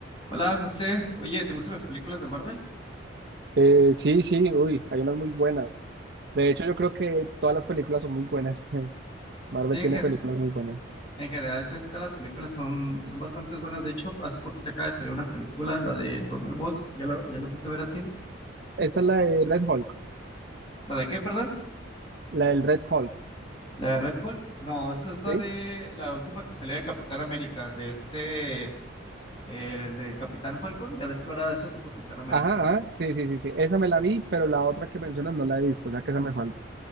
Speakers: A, on the left (about 25°); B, on the right (about 55°).
A: Hola José, oye, ¿te gustan las películas de Marvel?
B: Eh, sí, sí, uy, hay unas muy buenas. De hecho, yo creo que todas las películas son muy buenas. <laughs> Marvel
A: Sí, en,
B: tiene
A: ge-
B: películas muy buenas.
A: en general casi todas las películas son, son bastante buenas. De hecho, hace poquito acaba de salir una película, la de Thunderbolts, ¿ya la, ya la fuiste a ver al cine?
B: Esa es la de Red Hulk,
A: ¿La de qué, perdón?
B: la del Red Hulk,
A: ¿La de Red Hulk? No, esa es la
B: ¿sí?
A: de la última que salió de Capitán América, de este, eh, el del Capitán Falcon, ya ves que ahora es otro Capitán América.
B: Ajá, ajá, sí, sí, sí, sí. Esa me la vi, pero la otra que mencionas no la he visto, o sea que esa me falta.